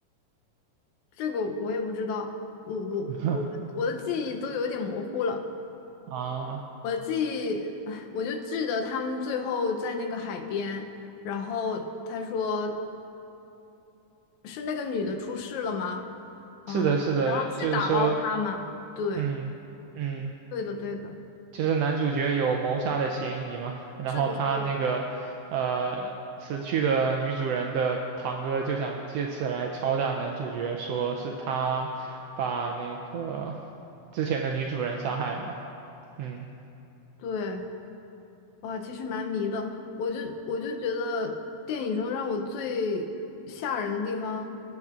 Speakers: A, on the left; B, on the right.
A: 这个我也不知道，我我我的我的记忆都有点模糊了。
B: <laughs> 啊，
A: 我的记忆，唉我就记得他们最后在那个海边，然后他说是那个女的出事了吗？嗯，
B: 是的，是的，
A: 然后去打捞她嘛。
B: 就是说，
A: 对，
B: 嗯嗯。
A: 对的，对的，
B: 就是男主角有谋杀的嫌疑嘛，然后他那个呃死去的女主人的堂哥就想借此来敲诈男主角，
A: 是的，是的，
B: 说是他把那个之前的女主人杀害了嘛。嗯
A: 对。哇，其实蛮迷的。我就我就觉得电影中让我最吓人的地方，